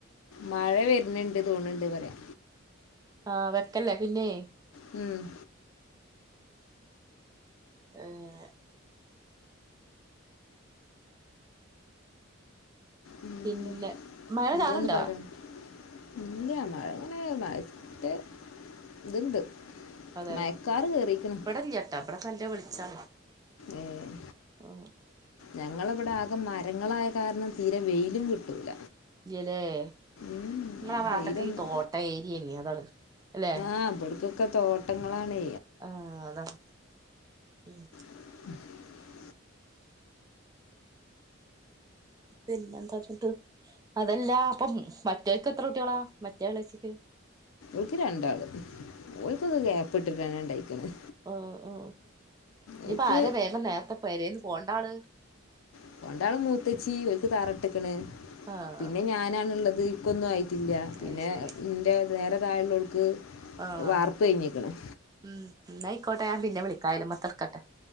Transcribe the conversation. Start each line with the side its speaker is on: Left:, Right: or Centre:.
Left: മഴ വരുന്നുണ്ട് തോന്നണ്ട് പറയാ
Right: ആഹ വെക്കല്ലേ പിന്നെ
Left: മം.
Right: ഏഹ്
Left: ഉം
Right: പിന്നെ മഴ
Left: എന്തോന്ന്
Right: ചാറുണ്ടോ
Left: പറയാം ഇല്ല മഴങ്ങനെ മറ്റേ ഇതുണ്ട്
Right: അതെ
Left: മയക്കാറ് കയറിയിരിക്കണം
Right: ഇവിടെല്ല ചേട്ടാ അവിടെ കല്ല് വിളിച്ചാണ്
Left: ഏഹ്
Right: <inaudible>
Left: ഞങ്ങളിവിടെ ആകെ മരങ്ങളായ കാരണം തീരെ വെയിലും കിട്ടൂല.
Right: ഇല്ലല്ലേ നിങ്ങളാ
Left: ഉം,
Right: ഭാഗത്തോക്കെ
Left: വെയിലൊന്നും
Right: ഈ തോട്ട ഏരിയെണ്. അതാണ് അല്ലെ
Left: <unintelligible> ഒക്കെ തോട്ടങ്ങളാണ്
Right: ആഹ് അത് ഉം
Left: <inaudible>
Right: പിന്നെന്താചിട്ട് അതല്ല അപ്പോ മറ്റോർക്ക് എത്ര കുട്ടികളാ മറ്റേളച്ചിക്ക്.
Left: ൾക്ക് രണ്ടാള് ഓൾക്കത് ഗ്യാപ്പ് ഇട്ടിട്ട് തന്നെ ഉണ്ടയ്ക്കുന്നത്
Right: ഉ ഉ. ഇനിപ്പ
Left: ഓൾക്ക്
Right: ആരാ വേഗം നേരത്തെ പോരെന്ന് പോണ്ട ആള്
Left: <unintelligible> മൂത്തച്ചി ഓർക്ക് തറട്ട്ക്ക്ണ്.
Right: ആഹ്
Left: പിന്നെ ഞാനാണള്ളത്. ഇക്കൊന്നും ആയിട്ടില്ല പിന്നെ
Right: അത് ശരി
Left: ഇന്റെ നേരെ താഴുള്ളവൾക്ക്
Right: ആഹ്
Left: വാർപ്പ് കഴിഞ്ഞിക്കണം
Right: ഉം. ന്നാ അയിക്കോട്ടെ ഞാൻ പിന്നെ വിളിക്കാ അയല്മത്തെ ഇട്ക്കട്ടെ.